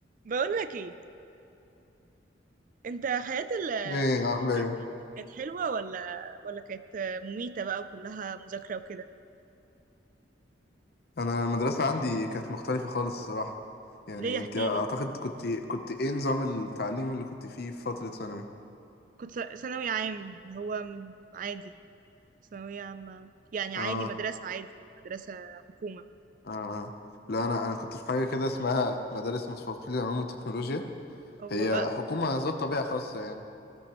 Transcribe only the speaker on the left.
ايه عاملة
ايه؟
انا المدرسة عندي كانت مختلفة خالص الصراحة يعني
انت اعتقد
كنت كنت ايه نظام التعليم اللي كنت فيه في فترة ثانوي؟
اه
اه آه. لا انا انا كنت في حاجة كده اسمها مدارس متفوقين للعلوم والتكنولوجيا
هي
حكومة ذات طبيعة خاصة يعني